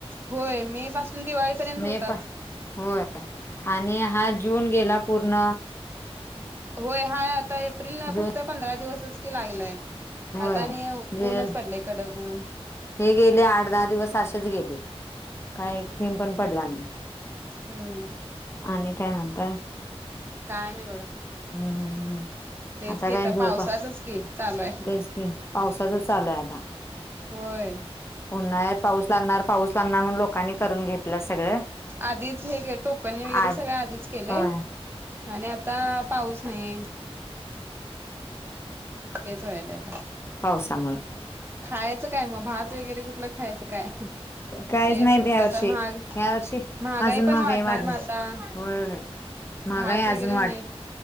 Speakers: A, on the right; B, on the left.
A: होय मे पासून दिवाळीपर्यंत
B: मे
A: होताचं.
B: पा होय आणि हा जून गेला पूर्ण
A: होय हा आता एप्रिल ला
B: जून
A: फक्त पंधरा दिवसच कि लागलाय.
B: व्हय
A: आता आणि
B: <unintelligible>
A: ऊनच पडले कडक ऊन
B: हे गेले आठ दहा दिवस आसेच गेले. काही एक थेंब पण पडला नाही.
A: हुं
B: आणि काय म्हणता?
A: काय नाही बघा.
B: हा हा हा हा,
A: तेच
B: आता
A: की
B: काय झोपा
A: पावसाचच की चालू आहे
B: तेच की पावसाच चालू आहे आता
A: होय.
B: उन्हाळ्यात पाऊस लागणार पाऊस लागणार म्हणून लोकांनी करून घेतलं सगळं,
A: आधीच हे के टोकनी वगैरे
B: आज
A: सगळं आधीच केलंय,
B: होय
A: आणि आता पाऊस नाही. तेच व्हायलय आता.
B: पावसामुळ
A: खायचं काय मग भात वगैरे कुठलं खायचं काय.
B: काहीच
A: ते
B: नाही
A: पुढच
B: यावर्षी
A: तर महाग
B: ह्या वर्षी
A: महागाई
B: अजून
A: पण वाढणार
B: वाढली
A: म आता.
B: होय होय महागाई
A: भात वगैरे
B: अजून
A: नाही